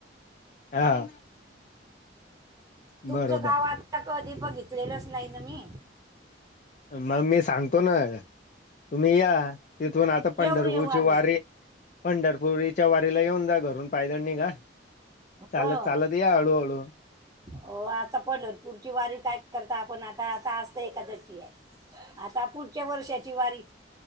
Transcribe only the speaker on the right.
तुमचं
गाव आता कधी बघीतलेलंच नाही ना मी.
येऊ
येऊ आम्ही
हो
हो आता पंढरपूरची वारी काय करता आपण आता आता आत आज तर एखादशी आहे. आता पुढच्या वर्षाची वारी.